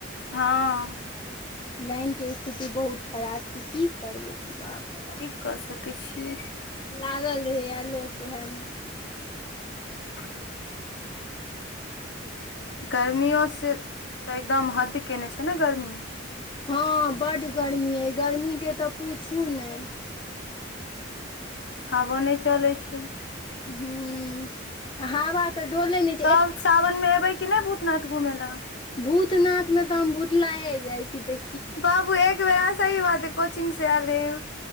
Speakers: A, on the left (about 60°); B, on the left (about 25°).
A: हँ
B: लाइन के स्थिति बहुत खराब छै की करबै बाप रे बा
A: की कऽ सकय छियै
B: लागल रहैया लोक उहै मे
A: <inaudible> गर्मियों से तऽ एकदम हद केन्ने छै न गर्मी
B: हँ बड गर्मी अइ गर्मीके तऽ पूछू नै
A: हावो नै चलै छै
B: हूं आ हावा त डोलय नै
A: तब सावन मे एबै की नै भूतनाथ घूमय लऽ
B: भूतनाथ मे तऽ हम भूतलाये जाइ छी तै
A: बाबू एक बेेरा से सही बात अय कोचिंग सॅं आयल रैहये